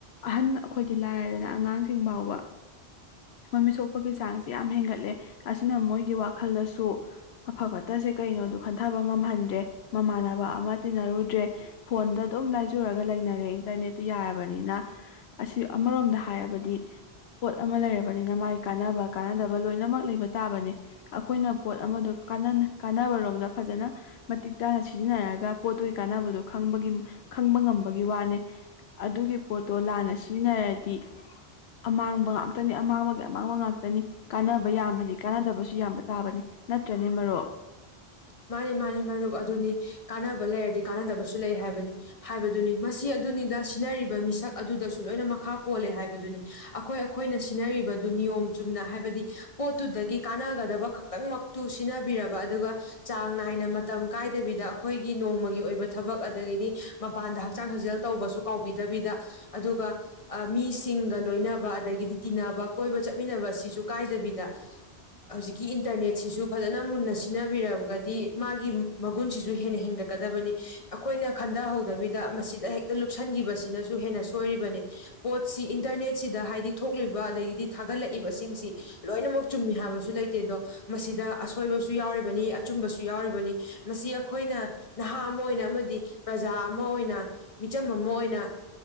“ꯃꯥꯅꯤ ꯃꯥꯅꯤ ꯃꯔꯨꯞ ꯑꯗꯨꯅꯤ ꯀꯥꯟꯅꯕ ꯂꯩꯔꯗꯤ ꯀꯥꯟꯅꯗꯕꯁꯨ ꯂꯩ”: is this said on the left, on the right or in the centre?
Left